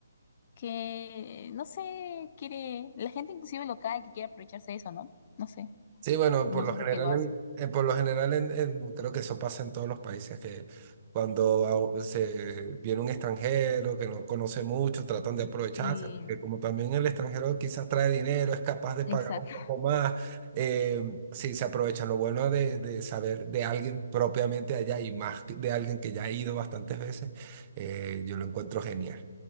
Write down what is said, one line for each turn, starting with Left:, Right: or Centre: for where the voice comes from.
Left: que, no sé, quiere, la gente inclusive local que quiere aprovecharse de eso, ¿no? No sé.
Right: Sí, bueno,
Left: No
Right: por lo
Left: sé
Right: general,
Left: por qué lo hace.
Right: en- eh, por lo general en- en- creo que eso pasa en todos los países, que cuando au- se viene un extranjero que no conoce mucho, tratan de aprovecharse,
Left: Sí,
Right: porque como también el extranjero quizás trae dinero, es capaz de pagar
Left: exacto.
Right: un poco más, eh, sí, se aprovechan. Lo bueno de, de saber de alguien propiamente allá y más que- de alguien que ya ha ido bastantes veces, eh, yo lo encuentro genial.